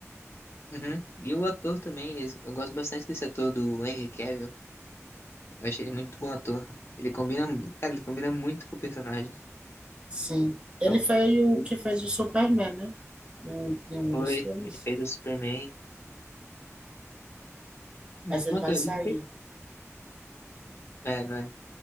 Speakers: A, on the left (about 50°); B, on the right (about 20°).
A: Uhum. E o ator também, esse- eu gosto bastante desse ator do Henry Cavill. Eu achei ele muito bom ator. Ele combina, cara, ele combina muito com o personagem.
B: Sim. Ele
A: Então,
B: foi o
A: ele
B: que fez o Superman, né? Em um em um
A: Foi,
B: dos filmes.
A: ele fez o Superman. Hum,
B: Mas ele
A: Mano,
B: vai
A: ele
B: sair.
A: fez. É, não é?